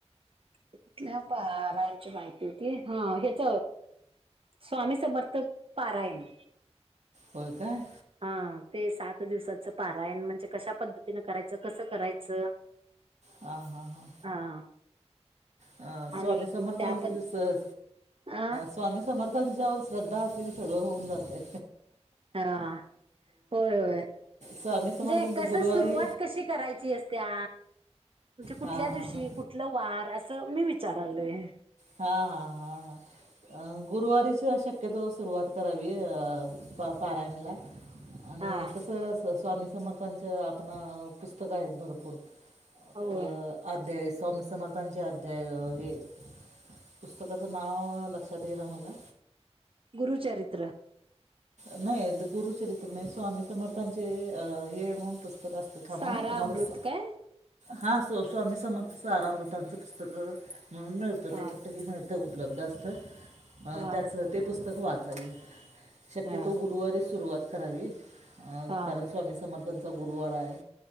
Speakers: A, on the right; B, on the right.
A: कुठल्या पार हाय? माहिती होती ह हेच स्वामी समर्थक पारायण
B: होय काय?
A: हा ते सात दिवसाचं पारायण म्हणजे कशा पद्धतीन करायचं कसं करायचं.
B: हा हा ह.
A: हा
B: अ
A: आणि
B: स्वामी समर्थांच
A: त्या पण
B: अ
A: अ
B: स्वामी समर्थ त्यांच्यावर श्रद्धा असेल सगळं होऊन जाते.
A: हा होय होय.
B: स्वामी समर्थांचे
A: म्हणजे कस
B: गुरुवारी
A: सुरुवात कशी करायची असत्या. म्हणजे कुठल्या
B: हां हां
A: दिवशी
B: हां
A: कुठलं वार असं मी विचारालो य
B: हा हा हा हा गुरुवारीच अश अके तो सुरुवात करावी प पारायणला आणि
A: हा
B: कसं. स्वामी समर्थांच्या आपण पुस्तक आहेत भरपूर अ
A: होय
B: आध्यायस. स्वामी समर्थांचे अध्याय हे. पुस्तकाचं नाव लक्षात ईना मला
A: गुरुचरित्र
B: नाही गुरुचरित्र नाही स्वामी समर्थांचे अ हे म्हणून असत
A: सारा
B: मा ह तुम्हालाच
A: अमृत काय
B: हा असं स्वामी समर्थ सारामृत पुस्तकं म्हणून मिळतं
A: हा
B: ते कुठेही मिळतं. उपलब्ध असतं
A: हा
B: त्याचं ते पुस्तक वाचावील शक्यतो
A: हा
B: गुरुवारी सुरुवात करावी
A: हा
B: कारण स्वामी समर्थां गुरुवार आहे